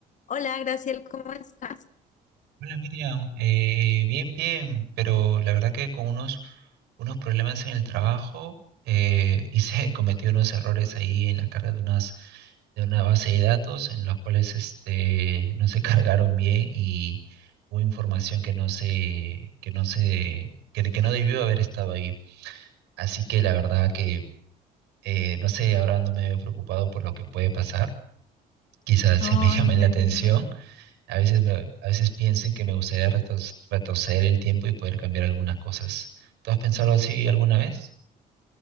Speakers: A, on the left (about 45°); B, on the right (about 85°).
A: Hola, Graciel, ¿cómo estás?
B: Hola Miriam, Eh, bien, bien, pero la verdad que con unos, unos problemas en el trabajo eh, hice, <laughs> cometí unos errores ahí en la carga de unas, de una base de datos en los cuales este, no se <laughs> cargaron bien y hubo información que no se, que no se, que, que no debió haber estado ahí. Así que la verdad que eh, no sé, ahora ando medio preocupado por lo que puede pasar. Quizás
A: No,
B: se me <laughs> llame
A: no me
B: la atención
A: digas.
B: a veces, me- a veces pienso en que me gustaría retos- retroceder el tiempo y poder cambiar algunas cosas. ¿Tú has pensado así alguna vez?